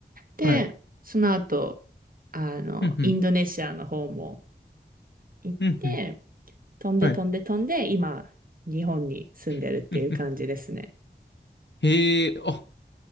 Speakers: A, on the right; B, on the left.
A: で、
B: はい。
A: その後、あの、
B: うんうん。
A: インドネシアの方も行って、
B: うんうん。
A: 飛んで飛んで飛んで、
B: はい。
A: 今、日本に住んでるっていう感じですね。
B: <laughs> うんうんへえ、あ、